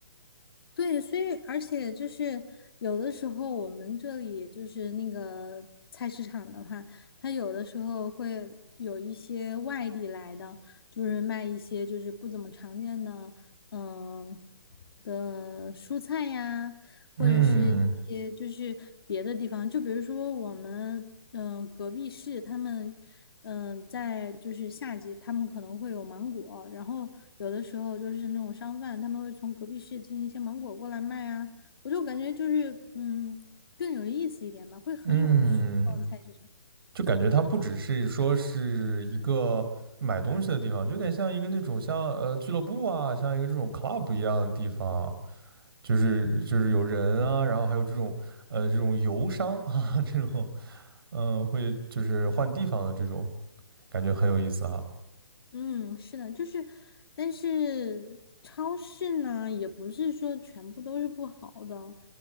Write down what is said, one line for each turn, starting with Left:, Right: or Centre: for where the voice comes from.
Left: 对，所以而且就是有的时候我们这里就是那个菜市场的话，它有的时候会有一些外地来的，就是卖一些就是不怎么常见的，嗯的蔬菜呀，或者是一些就是别的地方，
Right: 嗯
Left: 就比如说我们嗯、呃隔壁市他们嗯、呃在就是夏季他们可能会有芒果，然后有的时候就是那种商贩他们会从隔壁市进一些芒果过来卖啊，我就感觉就是嗯更有意思一点吧，会很有趣逛菜市场，
Right: 嗯。就感觉它不只是说是一个买东西的地方，就有点像一个那种像呃俱乐部啊，像一个这种 club 一样的地方，就是就是有人啊，
Left: 对。
Right: 然后还有这种呃这种游商啊，<laughs> 这种嗯、呃会就是换地方的这种感觉很有意思啊。
Left: 嗯，是的，就是，但是超市呢，也不是说全部都是不好的。